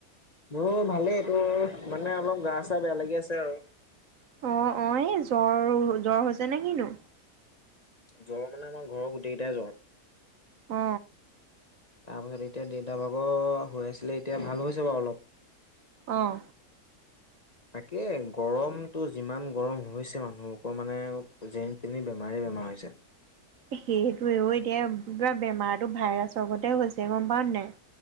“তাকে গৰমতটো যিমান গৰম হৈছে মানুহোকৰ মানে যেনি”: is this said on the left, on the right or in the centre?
Left